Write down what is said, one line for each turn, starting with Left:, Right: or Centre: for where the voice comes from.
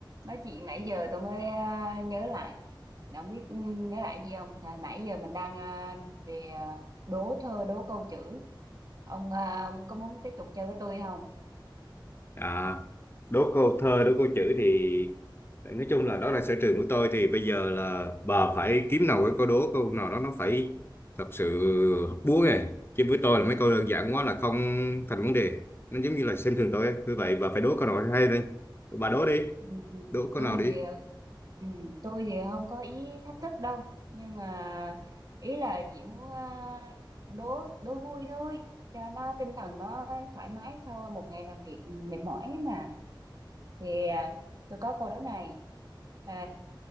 Right: nói chuyện nãy giờ tôi mới à, nhớ lại Đã không biết ừ, nhớ lại gì không Tại nãy giờ mình đang à, về à, đố thơ đố câu chữ ông à, có muốn tiếp tục chơi với tôi không
Left: À, đố câu thơ, đố câu chữ thì nói chung là đó là sở trường của tôi thì bây giờ là bà phải kiếm nào cái câu đố câu nào đó nó phải thật sự búa này chứ với tôi là mấy câu đơn giản quá là không thành vấn đề nó giống như là xem thường tôi ấy. Vì vậy bà phải đố câu nào hay đây bà đố đi
Right: Ừ,
Left: đố câu
Right: tôi
Left: nào đi
Right: thì ờ, ừ, tôi thì không có ý thách thức đâu nhưng mà ý là chỉ muốn à, đố đố vui thôi cho nó tinh thần nó thoải mái sau một ngày làm việc ừ, mệt mỏi ấy mà thì à, tôi có câu đố này à,